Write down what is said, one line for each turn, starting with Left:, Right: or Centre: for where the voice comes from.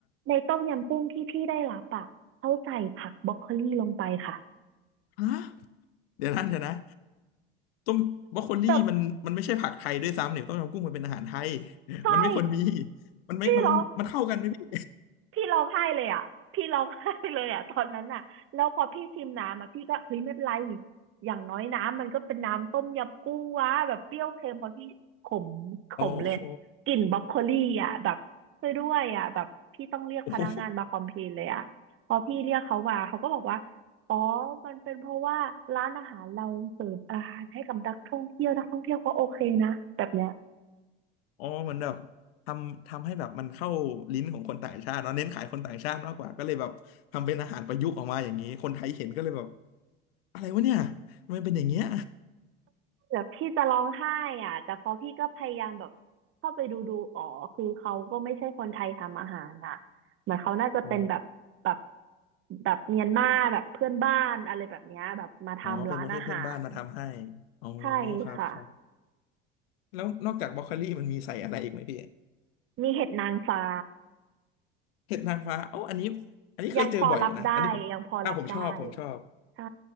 Right: ในต้มยำกุ้งที่พี่ได้รับอ่ะเขาใส่ผักบรอกโคลีลงไปค่ะ
Left: ฮะ เดี๋ยวนะเดี๋ยวนะต้มบรอกโคลี่มันมันไม่ใช่ผักไทยด้วยซ้ำเนี่ยต้มยำกุ้งมันเป็นอาหารไทย
Right: แบบใช่
Left: มันไม่ควรมีมันไม่มันมันเข้ากันไหมพี่
Right: พี่ร้องพี่ร้องไห้เลยอ่ะพี่ร้องไห้เลยอ่ะตอนนั้นอ่ะแล้วพอพี่ชิมน้ำอ่ะพี่ก็เฮ้ยไม่เป็นไรอย่างน้อยน้ำมันก็เป็นน้ำต้มยำกุ้งวะแบบเปรี้ยวเค็มพอพี่ขมขมเลยกลิ่นบรอกโคลี่อ่ะแบบช่วยด้วยอ่ะแบบพี่ต้องเรียกพนักงานมาคอมเพลนเลยอ่ะพอพี่เรียกเขามาเขาก็บอกว่า
Left: โอ้โหโอ้โห
Right: อ๋อมันเป็นเพราะว่าร้านอาหารเราเสิร์ฟอาหารให้กับนักท่องเที่ยวนักท่องเที่ยวเขาโอเคนะแบบเนี้ย
Left: อ๋อเหมือนแบบทำทำให้แบบมันเข้าลิ้นของคนต่างชาติเนาะเน้นขายคนต่างชาติมากกว่าก็เลยแบบทำเป็นอาหารประยุกต์ออกมาอย่างนี้คนไทยเห็นก็เลยแบบอะไรวะเนี่ยทำไมเป็นอย่างเงี้ย
Right: แบบพี่จะร้องไห้อ่ะแต่พอพี่ก็พยายามแบบเข้าไปดูดูอ๋อคือเขาก็ไม่ใช่คนไทยทำอาหารอ่ะเหมือนเขาน่าจะเป็นแบบแบบ
Left: อ๋อ
Right: แบบเมียนมาแบบเพื่อนบ้านอะไรแบบเนี้ยแบบมาทำร้านอาหาร
Left: อ๋อเป็นประเทศเพื่อนบ้านมาทำให้อ๋อ
Right: ใช่ค่ะ
Left: ครับครับแล้วนอกจากบรอกโคลี่มันมีใส่อะไรอีกไหมพี่
Right: มีเห็ดนางฟ้า
Left: เห็ดนางฟ้าโอ้าอันนี้อันนี้เคยเจอบ่อยอยู่นะอันนี้ผมอ่าผมชอบผมชอบ
Right: ยังพอรับได้ยังพอรับได้ใช่